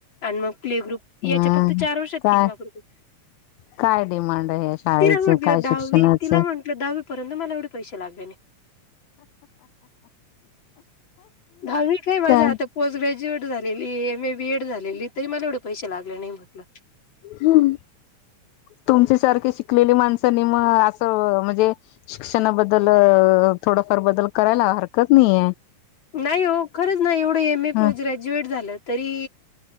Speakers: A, on the left; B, on the left.
A: आणि मग प्ले ग्रुप याच्या
B: ह
A: फक्त चार वर्षात
B: काय
A: तीन लाख रुपये
B: काय डिमांड आहे या शाळेचं
A: तिला म्हंटलं
B: काय
A: दहावी
B: शिक्षणाचं
A: तिला म्हंटलं दहावी पर्यंत मला एवढे पैसे लागतेने भावीवी काही माझा
B: काय
A: आ पोस्ट ग्र ड झाली एम ए बीएड झालेली तरी मला एवढे पैसे लागले नाही म्हटलं
B: हम्म तुमच्या सारखे शिकलेली माणसं म असं म्हणजे शिक्षणाबद्दल थोडाफार बदल करायला हरकत नाहीय
A: नाही हो खरंच नाही एवढं एम ए
B: ह
A: ग्रॅज्युएट झालं तरी